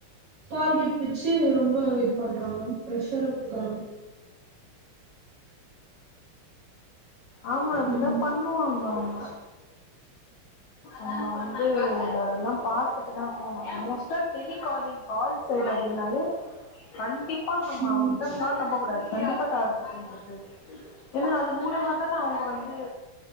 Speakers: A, on the right (about 80°); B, on the left (about 75°).
A: டார்கெட் வச்சு ரொம்ப இது பண்றாங்க ப்ரெஷர குடுக்குறாங்க
B: ஆமா அப்டிதா
A: ம்
B: பண்ணுவாங்க அவுங்க ஆமா அது அதெல்லா பாத்துட்டு தா ஆமா <unintelligible> இருந்து காலிங் கால் சைடு அப்டின்னாலே கண்டிப்பா ங்கமா
A: ம்
B: அவுங்க என்ன
A: ம்
B: சொன்னாலு நம்ப கூடாது கண்டிப்பா டார்கெட் <unintelligible> ஏனா அது மூலியமா அவுங்க வந்து